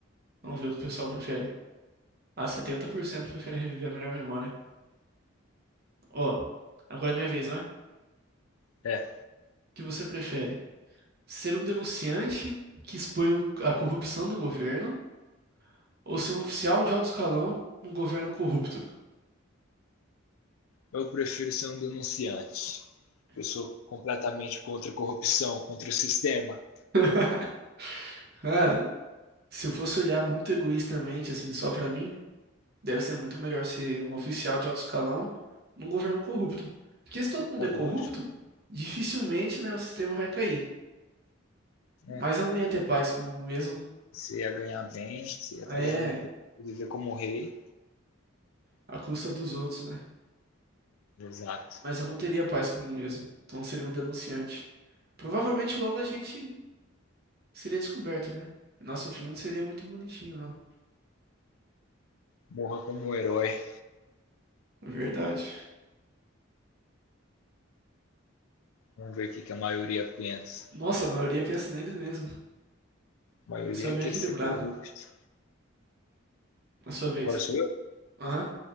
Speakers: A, on the right (about 50°); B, on the left (about 85°).
A: Vamos ver o que o pessoal prefere. Ah, 70% prefere reviver a melhor memória. Ó, agora é minha vez, né? O
B: É,
A: que você prefere? Ser um denunciante que expõe a corrupção do governo ou ser um oficial de alto escalão num governo corrupto?
B: eu prefiro ser um denunciante. Eu sou completamente contra a corrupção, contra o sistema.
A: <laughs> Cara, se eu fosse olhar muito egoístamente, assim, só pra mim, deve ser muito melhor ser um oficial de alto escalão num governo corrupto. Porque se todo mundo
B: É
A: é
B: lógico,
A: corrupto, dificilmente, né, o sistema vai cair. Mas
B: né?
A: eu não ia ter paz comigo mesmo.
B: Você ia ganhar bem, você ia estar
A: É,
B: ganhando bem, viver como um rei.
A: à custa dos outros, né?
B: Exato.
A: Mas eu não teria paz comigo mesmo. Então eu seria um denunciante. Provavelmente logo a gente Seria descoberto, né? Nosso fim não seria muito bonitinho, não.
B: morra como um herói.
A: É verdade.
B: Vamos ver o que, a maioria pensa.
A: Nossa, a maioria pensa neles mesmo.
B: A maioria
A: Eu sou bem
B: quer
A: equilibrado.
B: ser corrupto.
A: Na sua vez.
B: Agora sou eu?
A: Aham.